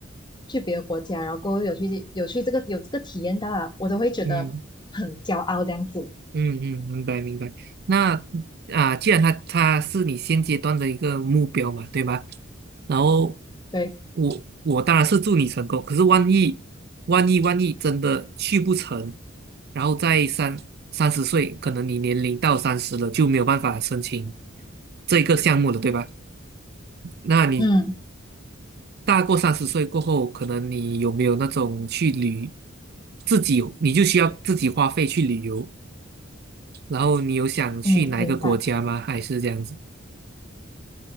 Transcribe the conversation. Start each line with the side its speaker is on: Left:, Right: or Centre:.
Left: 去别的国家，然后过后有去有去这个有这个体验到啊，我都会觉得很骄傲这样子。
Right: 嗯嗯嗯，明白明白。那啊，既然他他是你现阶段的一个目标嘛，对吧？然后
Left: 对，
Right: 我我当然是祝你成功，可是万一万一万一真的去不成，然后在三三十岁，可能你年龄到三十了就没有办法申请这个项目了，对吧？那你
Left: 嗯
Right: 大过三十岁过后，可能你有没有那种去旅自己，你就需要自己花费去旅游，然后你有想去哪一个国家吗？
Left: 嗯，明白。
Right: 还是这样子？